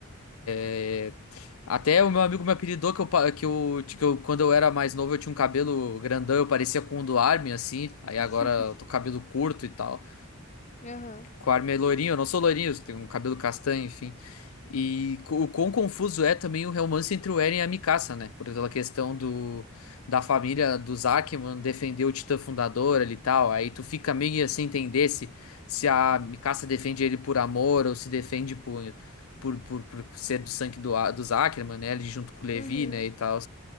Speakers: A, on the left; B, on the left.
A: é, Até o meu amigo me apelidou que eu, pa- que eu, que eu- quando eu era mais novo, eu tinha um cabelo grandão, eu parecia com o do Armin, assim. Aí
B: <laughs>
A: agora eu tô com cabelo curto e tal.
B: Aham.
A: O Armin é loirinho, eu não sou loirinho, tenho um cabelo castanho, enfim. E co- o quão confuso é também o romance entre o Eren e a Mikasa, né? Por aquela questão do, da família dos Ackman defender o Titã Fundador ali e tal. Aí tu fica meio sem entender se, se a Mikasa defende ele por amor ou se defende por, por, por, por ser do sangue do, A- dos Ackerman, né? Ali junto com o Levi,
B: Uhum.
A: né? E tal.